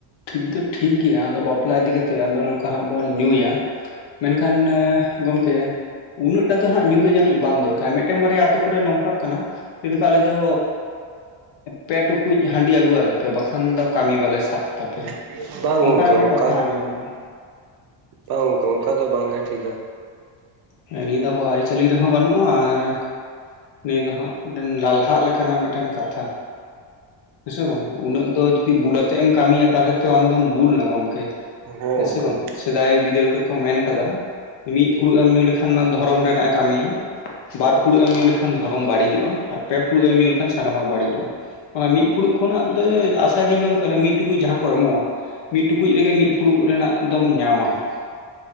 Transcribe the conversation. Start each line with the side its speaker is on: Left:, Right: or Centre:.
Left: ᱴᱷᱤᱠ ᱫᱚ ᱴᱷᱤᱠ ᱜᱮᱭᱟ ᱟᱫᱚ ᱵᱟᱯᱞᱟ ᱤᱫᱤ ᱠᱟᱛᱮᱜ ᱟᱫᱚ ᱱᱚᱝᱠᱟ ᱦᱟᱸᱜ ᱵᱚᱱ ᱧᱩᱭᱟ ᱢᱮᱱᱠᱷᱟᱱ ᱜᱚᱢᱠᱮ ᱩᱱᱟᱹᱜ ᱴᱟ ᱫᱚ ᱧᱩ ᱫᱚ ᱡᱟᱹᱱᱤᱡ ᱵᱟᱝ ᱫᱚᱨᱠᱟᱨ ᱢᱤᱫᱴᱮᱱ ᱵᱟᱨᱭᱟ ᱟᱛᱳ ᱠᱚᱨᱮ ᱱᱚᱝᱠᱟᱜ ᱠᱟᱱᱟ <unintelligible> ᱟᱞᱮ ᱫᱚ ᱯᱮ ᱴᱩᱠᱩᱡ ᱦᱟᱺᱰᱤ ᱟᱹᱜᱩᱣᱟᱞᱮᱯᱮ ᱵᱟᱠᱷᱟᱱ ᱫᱚ ᱠᱟᱹᱢᱤ ᱵᱟᱞᱮ ᱥᱟᱵ ᱛᱟᱯᱮᱭᱟ
Right: <unintelligible> ᱵᱟᱝ
Left: ᱚᱱᱠᱟᱱᱟᱜ
Right: ᱜᱚᱝᱠᱮ
Left: ᱢᱤᱫᱴᱮᱱ
Right: ᱚᱱᱠᱟ
Left: ᱠᱟᱛᱷᱟ ᱟᱸᱡᱚᱢᱚᱜᱼᱟ
Right: ᱵᱟᱝ ᱜᱚᱝᱠᱮ ᱚᱱᱠᱟ ᱫᱚ ᱵᱟᱝ ᱜᱮ ᱴᱷᱤᱠᱟ
Left: ᱦᱮᱸ ᱱᱤᱭᱟᱹ ᱫᱚ ᱟᱵᱚᱣᱟᱜ ᱟᱹᱨᱤᱪᱟᱹᱞᱤ ᱨᱮᱦᱚᱸ ᱵᱟᱹᱱᱩᱜ-ᱟ ᱟᱨ ᱱᱤᱭᱟᱹ ᱫᱚ ᱦᱟᱸᱜ ᱵᱤᱱ ᱞᱟᱞᱦᱟᱜ ᱞᱮᱠᱟᱱᱟᱜ ᱢᱤᱫᱴᱮᱱ ᱠᱟᱛᱷᱟ ᱦᱮᱸᱥᱮ ᱵᱟᱝ ᱩᱱᱟᱹᱜ ᱫᱚ ᱡᱩᱫᱤ ᱵᱩᱞ ᱟᱛᱮᱜ ᱮᱢ ᱠᱟᱹᱢᱤᱭᱟ ᱛᱟᱦᱚᱞᱮ ᱛᱚ ᱟᱢᱫᱚᱢ ᱵᱩᱞ ᱮᱱᱟ ᱜᱚᱢᱠᱮ
Right: ᱦᱚᱸᱜᱚᱝᱠᱮ
Left: ᱦᱮᱸ ᱥᱮ ᱵᱟᱝ ᱥᱮᱫᱟᱭ ᱵᱤᱫᱟᱹᱞ ᱨᱮᱠᱚ ᱢᱮᱱ ᱠᱟᱫᱟ ᱢᱤᱫ ᱯᱷᱩᱲᱩᱜ ᱜᱟᱱ ᱧᱩ ᱞᱮᱠᱷᱟᱱ ᱫᱷᱚᱨᱚᱢ ᱨᱮᱱᱟᱱᱜ ᱮ ᱠᱟᱹᱢᱤᱭᱟ ᱵᱟᱨ ᱯᱷᱩᱲᱩᱜ ᱮᱢ ᱧᱩ ᱞᱮᱠᱷᱟᱱ ᱫᱷᱚᱨᱚᱢ ᱵᱟᱹᱲᱤᱡᱚᱜ-ᱟ ᱟᱨ ᱯᱮ ᱯᱷᱩᱲᱩᱜ ᱮᱢ ᱧᱩᱠ ᱞᱮᱠᱷᱟᱱ ᱥᱟᱱᱟᱢᱟᱜ ᱵᱟᱹᱲᱤᱡᱚᱜ-ᱟ ᱚᱱᱟ ᱢᱤᱫ ᱯᱷᱩᱲᱩᱜ ᱠᱷᱚᱱᱟᱜ ᱫᱚ ᱟᱥᱟ ᱫᱤᱧ ᱜᱮ ᱠᱚᱱᱠᱱᱜ ᱢᱤᱫ ᱴᱩᱠᱩᱡ ᱡᱟᱦᱟᱸ ᱠᱚ ᱮᱢᱚᱜ-ᱟ ᱢᱤᱫ ᱴᱩᱠᱩᱡ ᱨᱮᱜᱮ ᱢᱤᱫ ᱯᱷᱩᱲᱩᱜ ᱨᱮᱱᱟᱜ ᱫᱚᱢ ᱧᱟᱢᱟ ᱦᱟᱸᱜ